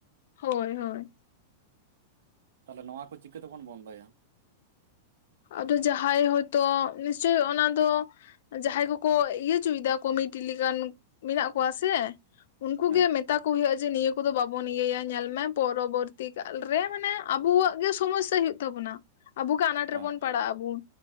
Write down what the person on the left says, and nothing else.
ᱦᱳᱭ ᱦᱳᱭ᱾
ᱟᱫᱚ ᱡᱟᱦᱟᱸᱭ ᱦᱚᱭᱛᱚ ᱱᱤᱥᱪᱳᱭ ᱚᱱᱟ ᱫᱚ ᱡᱟᱦᱟᱸᱭ ᱠᱚᱠᱚ ᱤᱭᱟᱹ ᱪᱚᱭᱫᱟ ᱠᱚ ᱢᱤᱫᱴᱤᱡ ᱞᱮᱠᱟᱱ ᱢᱮᱱᱟᱜ ᱠᱚᱣᱟ ᱥᱮ ᱩᱱᱠᱩᱜ
ᱜᱮ ᱢᱮᱛᱟ ᱠᱚ ᱦᱩᱭᱩᱜᱼᱟ ᱡᱮ ᱱᱤᱭᱟᱹ ᱠᱚᱫᱚ ᱵᱟᱵᱚᱱ ᱤᱭᱟᱹᱭᱟ ᱧᱮᱞ ᱢᱮ ᱯᱚᱨᱚᱵᱚᱨᱛᱤ ᱠᱟᱞ ᱨᱮ ᱢᱟᱱᱮ ᱟᱵᱚᱣᱟᱜ ᱜᱮ ᱥᱚᱢᱚᱥᱥᱟ ᱦᱳᱭᱳᱜ ᱛᱟᱵᱚᱱᱟ᱾ ᱟᱵᱚ ᱜᱮ ᱟᱱᱟᱴ ᱨᱮᱵᱚᱱ
ᱯᱟᱲᱟᱜ ᱟᱵᱚᱱ